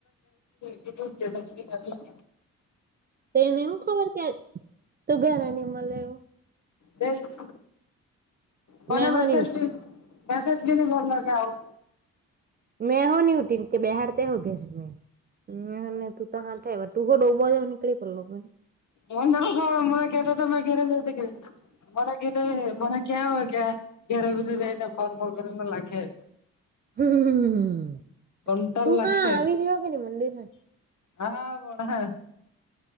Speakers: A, on the left; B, on the right.
A: નહી <unintelligible>
B: તે એને નું ખબર તં તો ઘરે નઈ મળેવું.
A: રઈશ મને
B: મેં હો
A: મેસેજી
B: ની
A: મેસેજ ભી ન કરોના આવો
B: મેં હ નહી ઉ ટીન કે બહેારતે હોગે <unintelligible> હને તું તો હા તું ખોડો નીકળી પડ <unintelligible>
A: મને ના કેતો મને કેતા તોમે ઘ કે મને કે મને <unintelligible> ક્યાં હોય ક્યાં ઘ્યારે બરે રઈ ને ફોન ફોર કરીને લખે <unintelligible>
B: હમ્મ હમ્મ હમ્મ હમ્મ હમ્મ
A: કંટાળ
B: તું
A: લખે
B: કાં આવી રહ્યો કેને મંદિર ને
A: હા મોડા હે.